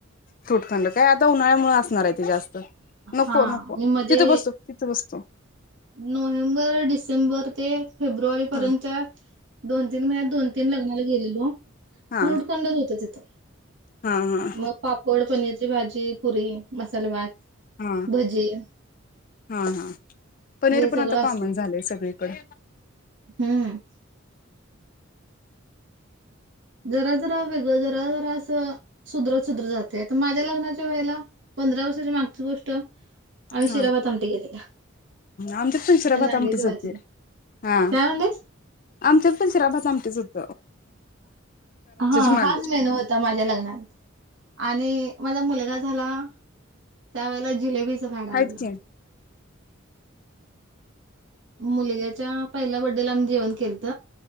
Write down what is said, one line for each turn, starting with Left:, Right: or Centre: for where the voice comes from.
Left: फ्रूटखंड काय आता उन्हाळ्यामुळे असणार आहे ते जास्त नको
Right: हा
Left: नको
Right: म मध्ये
Left: तिथे बसतो तिथे बसतो
Right: नोव्हेंबर डिसेंबर ते फेब्रुवारी पर्यंतच्या
Left: हा
Right: दोन तीन महिन्यात दोन तीन लग्नाला गेलेलो
Left: हा
Right: फ्रूट खंडच होत तिथं
Left: हा हा
Right: मग पापड पनीर भाजी पुरी मसाले भात
Left: हा
Right: भजी
Left: हा हा पनीर
Right: हे सगळं
Left: पण आता
Right: असते.
Left: कॉमन झालंय सगळीकडे
Right: हम्म. जरा जरा वेगळं जरा जरा असं सुध्र सुध्र जाते तर माझ्या लग्नाच्या वेळेला पंधरा वर्षाची मागची गोष्ट आम्ही शिराभात
Left: हा
Right: आमटी केलेला
Left: आमच्या फुलचराभात
Right: आणि वांग्याची
Left: आमटीच
Right: भाजी.
Left: होते हा
Right: काय म्हणलीस?
Left: आमच्या पुलचराभात आमटीच होते
Right: हा
Left: माग
Right: हाच मेनू होता माझ्या लग्नात आणि माझ मुला झाला त्यावेळेला जिलेबीचं फॅड आलेलंत
Left: आहेत की
Right: मुलग्याच्या पहिल्या बर्डेला आम्ही जेवण केलंत